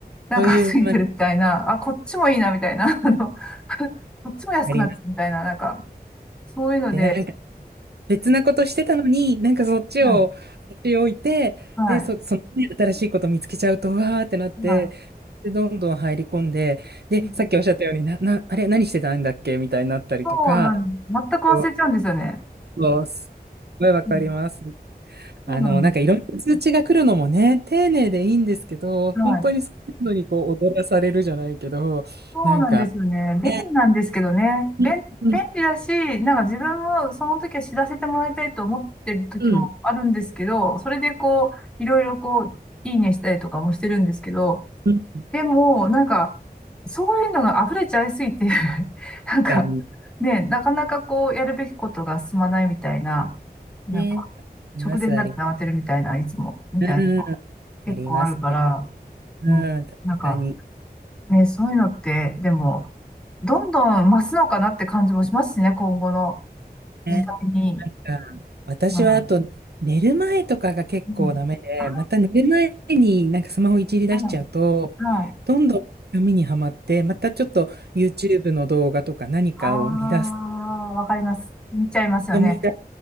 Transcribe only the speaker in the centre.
なんか過ぎてるみたいな、
あ、こっちもいいな、みたいな、<laughs> あの、<laughs> こっちも安くなってるみたいな、
なんか、そういうので、
うん、は
い、
はい。
うん
そうなん、全く忘れちゃうんですよね。
うん、そうなんで
す。
はい
そうなんですよね。
便利なんですけどね。
便、便利だし、
なんか自分もその時は知らせてもらいたいと思ってる時もあるんですけど、
それでこう、いろいろこう、いいねしたりとかもしてるんですけど、
でも、なんか、そういうのが溢れちゃいすぎて <laughs> なんか、
ね、なかなかこう、やるべきことが進まないみたいな、なんか、
直前になって慌てるみたいな、
いつも、みたいなのが
結構あるから、
うん、
なんか、ね、そういうのって、でも、どんどん増すのかなって感じもしますしね、今後の
時代に。
うん。うん。あ、
うん。はい。
ああわかります。見ちゃいますよね。